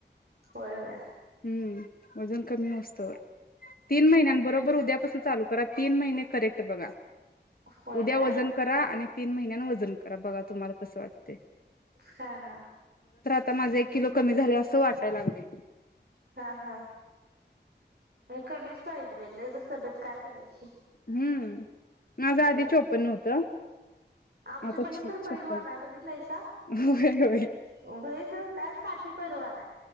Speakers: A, on the right; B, on the left.
A: होय होय
B: हम्म वजन कमी हुसतवर. तीन महिन्यांन बरोबर उद्यापासून चालू करा तीन महिने करेक्ट बघा.
A: होय
B: उदया
A: काय
B: वजन करा आणि तीन महिन्यांन वजन करा, बघा तुम्हाला कसं वाटतय.
A: हा हा.
B: आता माझं एक किलो कमी झालयं असं वाटाय लागलय.
A: हा हा कमीच पाहिजे बाई लय जरी तब्येत काय करायची.
B: हम्म. माझं आधी
A: बर
B: चोपन्न होतं
A: आमची
B: आता
A: बहीण तर
B: छप्पन
A: पैलवान हाय, बघित लाय सा
B: होय होय
A: बहीण तर काय काठी पैलवान हाय.